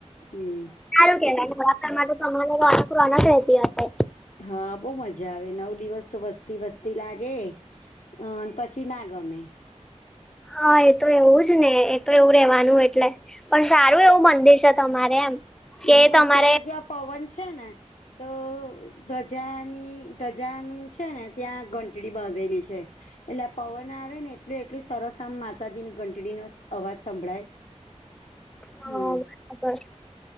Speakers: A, on the left; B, in the centre.
A: હમ.
B: સારું કેવાને બળાત <unintelligible> કાર માટે તો અમારે અનકૂ અનક રતી હશે.
A: હા બહુ મજા આવે નવ દિવસ તો વસતી વસતી લાગે, અને પછી ઇ ના ગમે.
B: હા એ તો એવું જ ને એ તો એવું રેવાનું એટલે. પણ સારું એવું મંદિર છે તમારે એમ.
A: હમ
B: કે તમારે
A: અત્યારે જો આ પવન છે ને. તો ધજાની ધજાનું છે ને ત્યાં ઘંટડી બાંધેલી છે. એટલે આ પવન આવે ને એટલું એટલું સરસ આમ માતાજીની ઘંટડીનો અવાજ સંભળાય.
B: <inaudible>
A: હા.
B: ખબર.